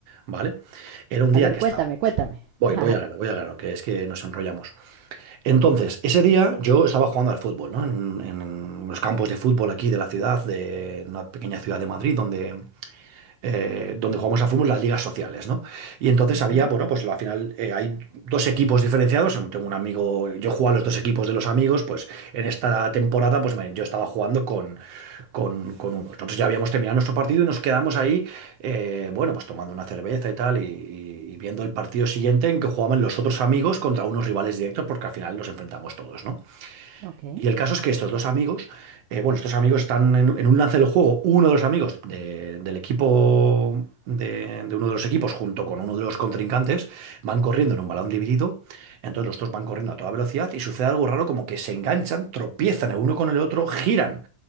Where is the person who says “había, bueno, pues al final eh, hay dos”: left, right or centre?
Right